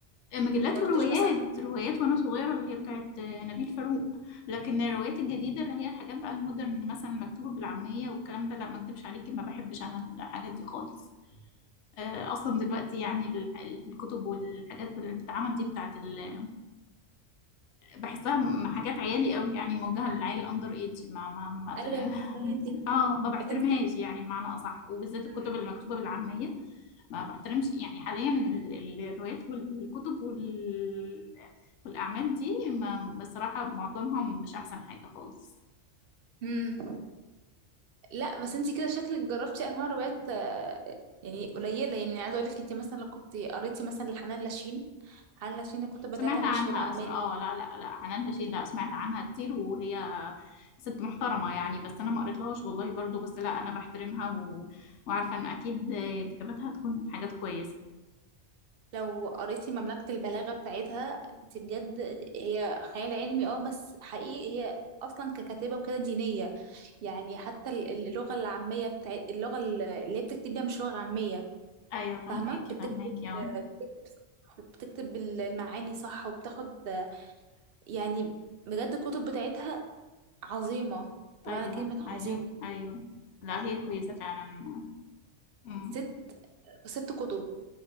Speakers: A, on the left; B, on the right.
A: مجلات
B: ما رحتيش
A: وروايات
B: مثلا
A: روايات وانا صغيره اللي هي بتاعت نبيل فاروق لكن الروايات الجديده اللي هي الحاجات بقى المودرن مثلا مكتوبه بالعاميه والكلام ده لا ما اكدبش عليكي ما بحبش انا الحاجات دي خالص آه، اصلا دلوقتي يعني ال- ال- الكتب والحاجات اللي بتتعمل دي بتاعت ال... بحسها م- حاجات عيالي قوي يعني موجهه للعيال الاندر ايدج ما ما, ما
B: ايوه
A: ت- <laughs>
B: ازاي انت بس
A: اه ما بحترمهاش
B: انت كده
A: يعني بمعنى اصح وبالذات
B: مم.
A: الكتب اللي مكتوبه بالعاميه ما بحترمش يعني حاليا ال- ال- الروايات والكتب وال... والأعمال دي ما بصراحة معظمها مش أحسن حاجة خالص
B: مم. لا بس انت كده شكلك جربتي انواع روايات آه، يعني قليله يعني عايزه اقول لك انت مثلا لو كنت قريتي مثلا لحنان لاشين حنان لاشين الكتب بتاعتها
A: سمعت
B: مش
A: عنها
B: بالعاميه
A: سم... اه لا لا لا عنان رشيد لا سمعت عنها كتير وهي ست محترمة يعني بس أنا ما قريتلهاش والله برضو بس لا أنا بحترمها و... وعارفة إن أكيد كتاباتها تكون حاجات كويسة
B: لو قريتي مملكه البلاغه بتاعتها انت بجد هي خيال علمي اه بس حقيقي هي اصلا ككاتبه وكده دينيه يعني حتى ال- ال- اللغه العاميه بتاعت اللغه ال- اللي هي بتكتب بيها مش لغه عاميه
A: أيوة فهماكي
B: فاهمه بتكتب
A: فهماكي اه
B: بتكتب بتكتب المعاني صح وبتاخد يعني بجد الكتب بتاعتها عظيمة بمعنى
A: أيوة
B: كلمة عظيمة
A: أيوة أيوة لا هي كويسة فعلا أمم.
B: ست ست كتب